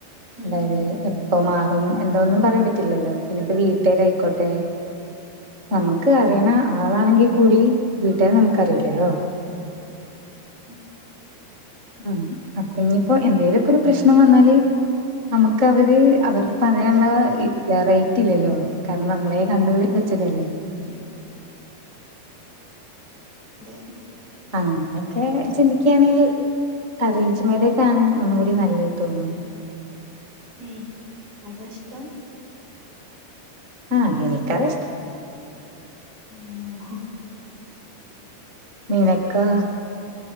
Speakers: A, on the right (about 80°); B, on the right (about 25°).
A: ഉം
B: അതായത് എപ്പം മാ അപ്പം എന്തോന്നും പറയാൻ പറ്റില്ലല്ലോ പിന്നെ ഇപ്പൊ വീട്ടുകാരായിക്കോട്ടെ നമുക്ക് അറിയണ ആളാണെങ്കിൽ കൂടി വീട്ടുകാരെ നമുക്കറിയില്ലല്ലോ
A: ഉം
B: ഉം അപ്പൊ ഇനിയിപ്പോ എന്തേലുമൊക്കെ ഒരു പ്രശ്നം വന്നാല് നമുക്ക് അവര്
A: ഉം
B: അവരോട് പറ അങ്ങനെയുള്ള വെറൈറ്റി ഇല്ലല്ലോ കാരണം നമ്മളെ കണ്ട് വെച്ചതല്ലേ
A: <inaudible> അതെ
B: അങ്ങനെയൊക്കെ ചിന്തിക്കയാണെങ്കിൽ അറേഞ്ച് മേരേജ് ആണ് ഒന്നുംകൂടി നല്ലത് തോന്നുന്നു
A: ഏഹ് അതാഷ്ടം
B: ആഹ് എനിക്കതാ ഇഷ്ടം
A: ഉം ഓഹ്
B: നീനക്കോ